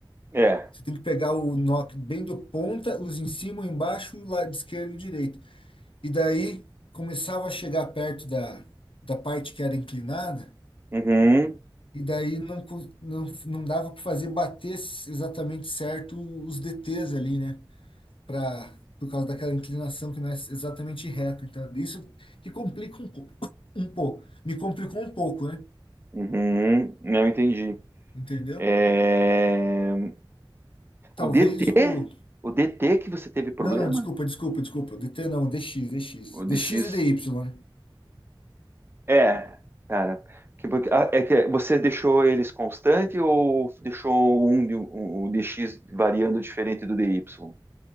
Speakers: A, on the right; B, on the left.
A: É.
B: Você tem que pegar o nó bem do ponta, os em cima, o embaixo, o lado esquerdo e o direito. E daí começava a chegar perto da, da parte que era inclinada,
A: Uhum.
B: e daí não, co- não, não dava para fazer bater s- exatamente certo os DTs ali, né? Pra, por causa daquela inclinação que não é exatamente reta. Então, isso que complica um pouco. <coughs> Um pouco. Me complicou um pouco, né?
A: Uhum. Não entendi.
B: Entendeu?
A: É,
B: Talvez
A: O DT?
B: o.
A: O DT que você teve problema?
B: Não, não, desculpa, desculpa, desculpa. DT não, DX, DX.
A: O
B: DX
A: DX?
B: e DY, né?
A: É, cara. Que- porque- ah, É que você deixou eles constante ou deixou um, de- o o DX variando diferente do DY?